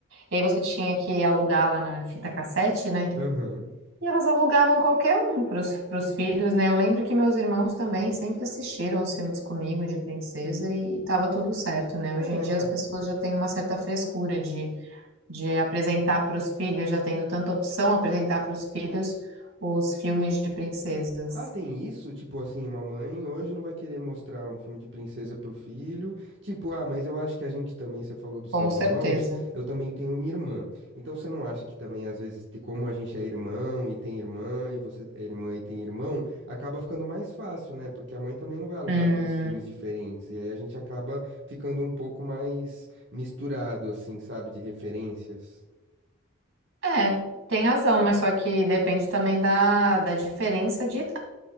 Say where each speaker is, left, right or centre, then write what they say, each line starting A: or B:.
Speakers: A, on the right; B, on the right.
A: e aí você tinha que alugar lá na fita cassete, né?
B: Aham.
A: E elas alugavam qualquer um para os filhos, né? Eu lembro que meus irmãos também sempre assistiram os filmes comigo de princesa e tava tudo certo, né?
B: É.
A: Hoje em dia as pessoas já têm uma certa frescura de, de apresentar para os filhos, já tendo tanta opção apresentar para os filhos os filmes de princesas.
B: Ah, tem isso? Tipo assim, uma mãe hoje não vai querer mostrar um filme de princesa pro filho. Tipo, ah, mas eu acho que a gente também, você falou dos seus
A: Com certeza.
B: irmãos, eu também tenho minha irmã. Então você não acha que também, às vezes, te- como a gente é irmão e tem irmã, e você é irmã e tem irmão, acaba ficando mais fácil, né? Porque a mãe também não vai alugar
A: Hum,
B: dois filmes diferentes. E aí a gente acaba ficando um pouco mais misturado, assim, sabe, de referências.
A: É, tem razão, mas só que depende também da, da diferença de idade.